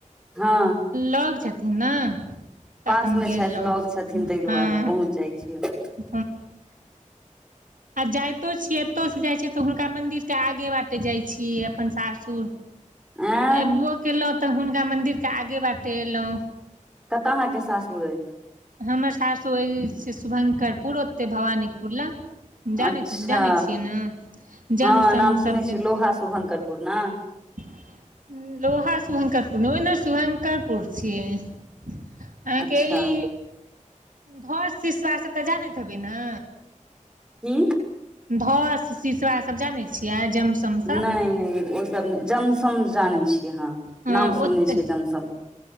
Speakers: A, in the centre; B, on the right.
A: हँ
B: लग छथिन ने तऽ
A: पास
B: अपन
A: मे
B: गेलहुँ
A: छैथ लग छथिन तहि दुआरे
B: हँ
A: बहूत जाइ छी अपन
B: <unintelligible> आ जाइतो छियै एतयसँ जाइत छियै तऽ हुनका मन्दिरके आगे बाटे जाइत छियै अपन सासुर
A: आँ
B: अयबो केलहुँ तऽ हुनका मंन्दिरके आगे बाटे एलहुँ
A: कतऽ अहाँके सासुर अइ
B: हमर साससो अ से शुभं्करपुर ओतेक भवानीपुर लग जानै
A: अच्छा
B: जानै छियै ने जम
A: हँ
B: सम
A: नाम सुनै
B: सबजे
A: छी
B: <unintelligible>
A: लोहा शुभंकरपुर ने
B: लोहा ओहिना शुभङ्करपुर छियै <unintelligible> अहाँके
A: अच्छा
B: ई धर सिसरा सब तऽ जानैत हेबै ने
A: की
B: धस शिसरा सभ जानै छियै जमसमसभ
A: नहि ओ सब जमसम जानै छियै हँ
B: हँ
A: नाम सुनने
B: ओते
A: छियै जमसम